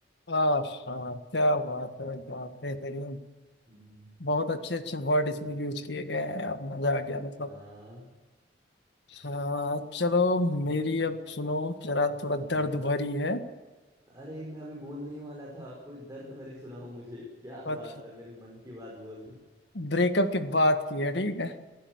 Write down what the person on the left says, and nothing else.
आहा, क्या बात
है क्या बेहतरीन
बहुत अच्छे अच्छे वर्ड
इसमें यूज किए गए हैं अब मजा आ गया मतलब
हाँ चलो
मेरी
अब सुनो जरा थोड़ा
दर्द भरी है
और
ब्रेकअप की बात की है ठीक है